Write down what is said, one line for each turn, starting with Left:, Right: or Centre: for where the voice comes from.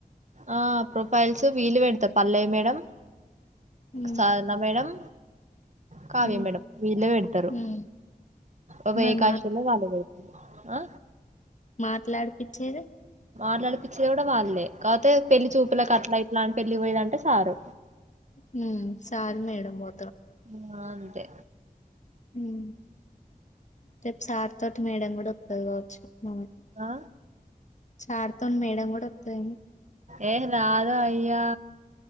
Right: ఆ ప్రొఫైల్స్ వీలు పెడతా పల్లేవి మేడం
Left: ఉమ్
Right: సార్ణ మేడం కావ్య
Left: ఉమ్
Right: మేడం వీళ్ళే పెడతారు
Left: ఉమ్
Right: ఒక
Left: మరి
Right: ఏ కాశంలో వాళ్ళు పెడతారు ఆ
Left: మాట్లాడి పిచ్చేది
Right: మాట్లాడిపిచ్చేది గూడా వాళ్ళే కాపోతే పెళ్లి చూపులలకు అట్లా ఇట్లా అ పెళ్లి పోయదంటే సారు
Left: హ్ సారు మేడం బో
Right: హ్ ఆ అంతే
Left: హ్ రేపు సార్ తోటి మేడం గూడా వత్తది కావచ్చు హ్
Right: ఆ
Left: చార్తోని మేడం గూడా వొత్తది
Right: ఏహ రాదు అయ్యా